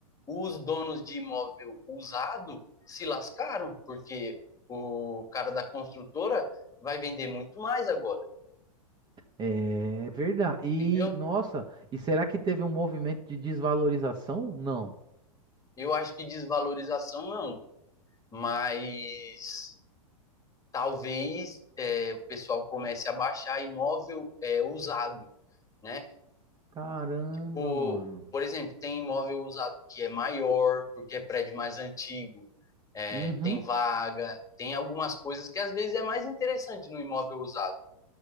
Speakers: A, on the left; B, on the right.
A: os donos de imóvel usado se lascaram, porque o cara da construtora vai vender muito mais agora.
B: É verdade. E,
A: entendeu?
B: nossa, e será que teve um movimento de desvalorização? Não.
A: Eu acho que desvalorização não, mas talvez é, o pessoal comece a baixar imóvel é, usado, né?
B: Caramba,
A: Por,
B: mano.
A: por exemplo, tem imóvel usado que é maior, porque é prédio mais antigo, é,
B: Uhum.
A: tem vaga, tem algumas coisas que às vezes é mais interessante no imóvel usado.